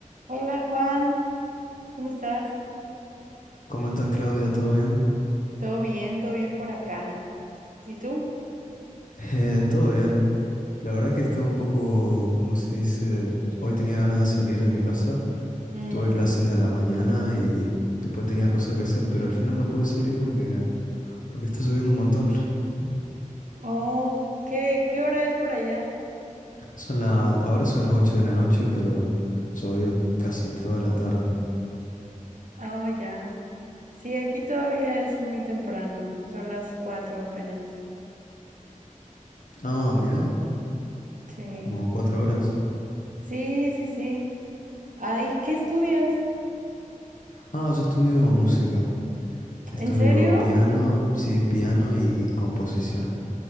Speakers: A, on the right; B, on the left.
A: Hola Juan, ¿cómo estás?
B: ¿Cómo estás, Claudia? ¿Todo bien?
A: Todo bien, todo bien por acá. ¿Y tú?
B: Eh, todo bien. La verdad que estaba un poco, ¿cómo se dice? Hoy tenía ganas de salir de mi casa.
A: Mm,
B: Tuve clases a la mañana y después tenía cosas que hacer, pero al final no pude salir porque, porque está lloviendo un montón. <laughs>
A: Oh, ¿qué, qué hora es por allá?
B: Son la, ahora son las 8 de la noche, pero llovió casi toda la tarde.
A: Ah, Oh, ya. Sí, aquí todavía es muy temprano, son las cuatro apenas.
B: Ah, mirá,
A: Sí,
B: como cuatro horas.
A: sí, sí, sí. Ah, ¿y qué estudias?
B: Ah, yo estudio música. Estudio
A: ¿En serio?
B: piano, sí, piano y composición.